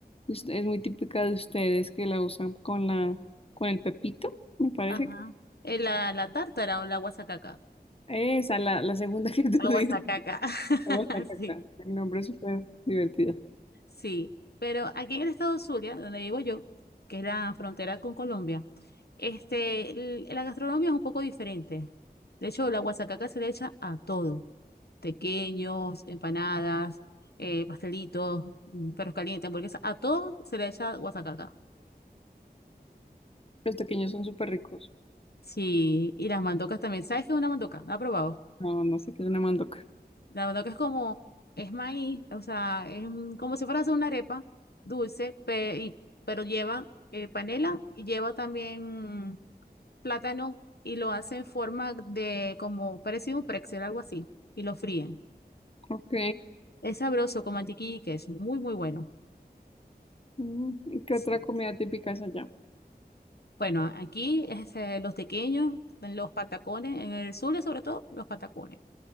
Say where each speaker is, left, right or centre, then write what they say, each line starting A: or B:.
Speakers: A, on the left; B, on the left.
A: que es es muy típica de ustedes que la usan con la con el pepito, me parece.
B: Ajá.
A: que-
B: Es la, la tártara o la guasacaca.
A: Esa, la, la segunda <laughs> que tú
B: La
A: dices.
B: guasacaca. <laughs>
A: Me gusta caca.
B: Sí,
A: El nombre es súper divertido.
B: sí. Pero aquí en el estado Zulia, donde vivo yo, que es la frontera con Colombia, este, l- la gastronomía es un poco diferente. De hecho, la guasacaca se le echa a todo. Tequeños, empanadas, eh, pastelitos, mm, perros calientes, hamburguesas, a todo se le echa guasacaca.
A: Los pequeños son súper ricos.
B: Sí, y las mandocas también. ¿Sabes qué es una mandoca? ¿La has probado?
A: No, no sé qué es una mandoca.
B: La verdad que es como, es maíz, o sea, es un- como si fuera a hacer una arepa dulce, pe- y- pero lleva eh, panela y lleva también mm, plátano y lo hace en forma de como parecido a un pretzel, algo así, y lo fríen.
A: Ok.
B: Es sabroso con mantequilla y queso, muy, muy bueno.
A: Mm, ¿y ¿Qué
B: Sí.
A: otra comida típica es allá?
B: Bueno, aquí este, los tequeños, los patacones, en el sur sobre todo, los patacones.